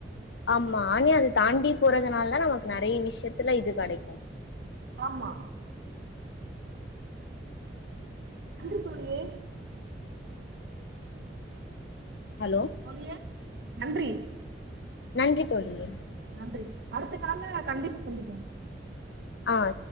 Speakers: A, on the left; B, on the right.
A: ஆமா ஆனா அத தாண்டி போறதுனாலதா நமக்கு நெறைய விஷயத்துல இது கெடைக்கு.
B: ஆமா நன்றி தோழி
A: ஹலோ
B: தோழியே நன்றி
A: நன்றி தோழியே
B: நன்றி அடுத்த கால்ல கண்டிப்பா சந்திப்போ.
A: ஆ